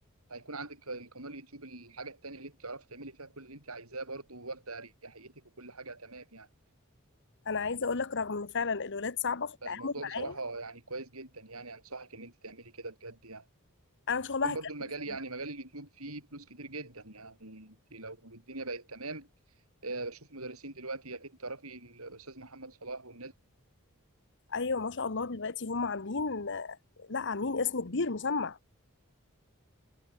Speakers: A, on the right; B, on the left.
A: هيكون عندك القناه اليوتيوب الحاجه التانيه اللي انت تعرفي تعملي فيها كل اللي انت عايزاه برضو واخده اريحيتك وكل حاجه تمام يعني
B: انا عايزة اقول لك رغم ان فعلا الولاد صعبة في التعامل
A: فالموضوع
B: معايا
A: بصراحه يعني كويس جدا يعني انصحك ان انت تعملي كده بجد يعني
B: انا ان شاء الله
A: كان
B: هكمل
A: برضو المجال
B: فيه
A: يعني مجال اليوتيوب فيه فلوس كتير جدا يعني انت لو الدنيا بقت تمام آه، بشوف مدرسين دلوقتي اكيد تعرفي الاستاذ محمد صلاح والناس دي،
B: ايوه ما شاء الله دلوقتي هم عاملين لا عاملين اسم كبير مسمع